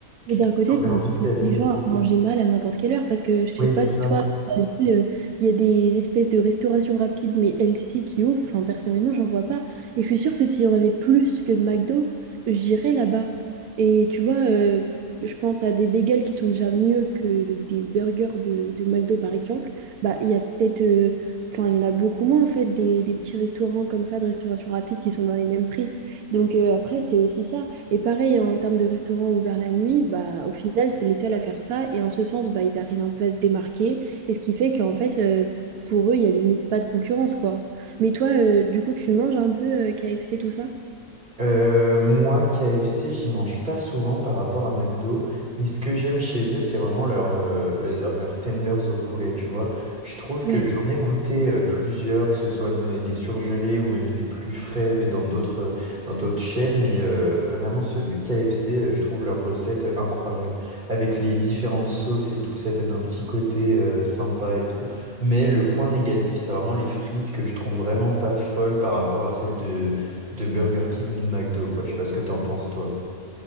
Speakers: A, on the right; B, on the right.
A: tu
B: Mais d'un côté,
A: aurais
B: ça
A: envie
B: incite
A: d'aller.
B: aussi les gens à manger mal à n'importe quelle heure parce que je
A: Ouais,
B: sais pas
A: c'est ça.
B: si toi, dans ta ville, euh, il y a des espèces de restauration rapide mais healthy qui ouvrent. Enfin, personnellement, j'en vois pas. Et je suis sûre que s'il y en avait plus que de McDo, j'irais là-bas. Et tu vois, euh, je pense à des bagels qui sont déjà mieux que des burgers de, de McDo, par exemple. Bah, il y a peut-être, euh, enfin, il y en a beaucoup moins en fait des, des petits restaurants comme ça de restauration rapide qui sont dans les mêmes prix. Donc euh, après, c'est aussi ça. Et pareil, en termes de restaurants ouverts la nuit, bah, au final, c'est les seuls à faire ça. Et en ce sens, bah, ils arrivent un peu à se démarquer. Et ce qui fait qu'en fait, euh, pour eux, il n'y a limite pas de concurrence, quoi. Mais toi, euh, du coup, tu manges un peu euh, KFC, tout ça?
A: Euh, moi, KFC, j'y mange pas souvent par rapport à McDo, mais ce que j'aime chez eux, c'est vraiment leur, euh, leur- leurs tenders au poulet, tu vois. Je trouve
B: Ouais.
A: que j'en ai goûté euh, plusieurs, que ce soit dans les- des surgelés ou même des plus frais mais dans d'autres euh, dans d'autres chaînes, mais euh, vraiment ceux de KFC, euh, je trouve leur recette euh, incroyable. Avec les différentes sauces et tout, ça donne un petit côté euh, sympa et tout. Mais le point négatif, c'est vraiment les frites que je trouve vraiment pas folles par rapport à celles de Burger King ou de McDo, quoi. Je sais pas ce que t'en penses, toi.